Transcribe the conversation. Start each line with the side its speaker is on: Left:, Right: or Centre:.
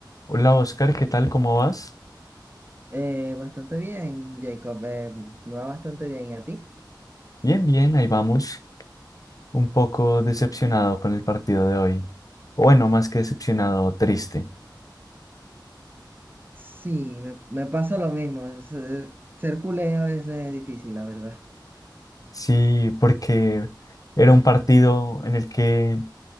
Left: Hola Oscar, ¿qué tal? ¿Cómo vas?
Right: Eh, bastante bien, Jacob. eh, me va bastante bien. ¿Y a ti?
Left: Bien, bien, ahí vamos. Un poco decepcionado con el partido de hoy. O Bueno, más que decepcionado, triste.
Right: Sí, me, me pasa lo mismo. es, eh, ser culé a veces es difícil, la verdad.
Left: Sí, porque era un partido en el que,